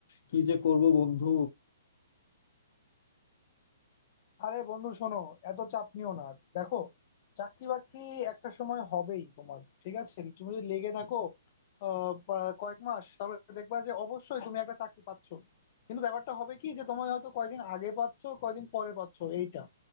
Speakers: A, on the left (about 60°); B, on the left (about 40°).
A: কি যে করব বন্ধু
B: আরে বন্ধু শোনো এত চাপ নিও না দেখো চাকরি বাকরি একটা সময় হবেই তোমার ঠিক আছে তুমি যদি লেগে থাকো আহ, পা- কয়েক মাস তাহলে দেখবা যে অবশ্যই তুমি একটা চাকরি পাচ্ছ কিন্তু ব্যাপারটা হবে কি যে তোমায় হয়তো কয়দিন আগে পাচ্ছ কয়দিন পরে পাচ্ছ এইটা